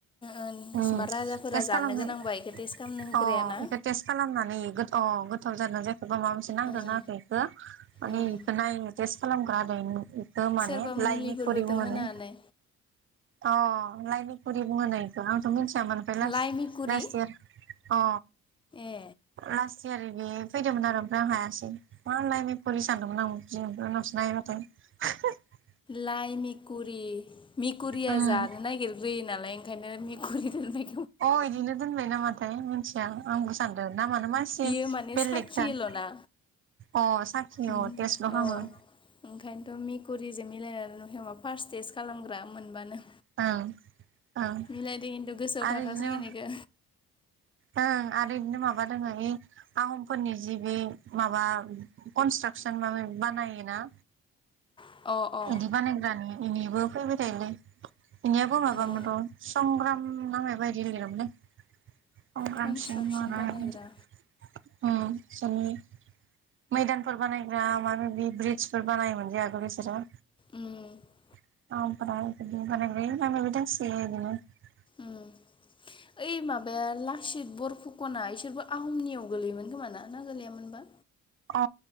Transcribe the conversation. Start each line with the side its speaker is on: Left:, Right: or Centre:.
Left: ओ
Right: <unintelligible>
Left: ओ मा राजाफोरा जानो गोनांबा इखो टेस्ट खालामनो होग्रायाना
Right: अ बेखो टेस्ट खालामनानै अ गोथाव जादों जायाखै बा माबा मोनसे नांदोंना
Left: ओं
Right: नाङाखै बेखौ माने
Left: उम
Right: बेखौ नायनो टेस्ट खालामग्राआरो माने
Left: सोरबा मुलिफोरबोथ'
Right: लाइनि खुरि बुङो
Left: होनानै
Right: नो अ लाइनि खुरि बुङो नो आंथ' मिथियामोन ओमफ्राय लास्ट
Left: लाइ मिकुरि
Right: लास्ट इयार अ
Left: ए
Right: लास नैबे फैदोंमोन आरो ओमफ्राय आं हायासै मा लाइननि <unintelligible> सानदोंमोन <unintelligible> नाया द <unintelligible>
Left: लाइ मिकुरि, मिकुरिया
Right: उम
Left: जानो नागिरग्रोयो नालाय ओंखायनो मिकुरि <unintelligible>
Right: अ' इदिनो दोनबाय नामा? थाय मिथिया आंबो सानदों नामानो मासि
Left: इयो माने
Right: बेलेगथार
Left: साखियोल'ना
Right: अ साखिओ
Left: उम
Right: टेस्टल'
Left: अ
Right: खामो।
Left: ओंखायनोथ' मेकरिजों मिलायनानै <unintelligible> फार्स्ट टेस्ट खालामग्रा मोनबानो
Right: ओं ओं
Left: मिलायदों खिन्थु गोसोआव
Right: आरो
Left: थाखासिगोन
Right: इदिनो
Left: इखो
Right: ओं आरो बिदिनो माबा दोङ बे आहमफोरनि जि बे माबा कनस्ट्राक कुइसन माबा-माबि बानायोना
Left: अ अ
Right: बिदि बानायग्रानि बिदिबो फैबाय थायोलै बिनियाबो माबामोनथ'
Left: अ
Right: संग्राम ना माबायदि लिरामोनलै संग्रामसिंह
Left: कनस्ट्राकसन बानायग्रा
Right: बिसोरनि मैदानफोर बानायग्रा माबा-माबि ब्रिजफोर बानायोमोनजे बिसोरो
Left: उम
Right: ओमफ्राय आंनाबो‌दंसोयो बिदिनो
Left: उम ओइ बे माबाया लासित बरफुकना इसोरबो आहमनियाव गोलैयोमोन खोमा ना ना गोलैयामोनबा
Right: अ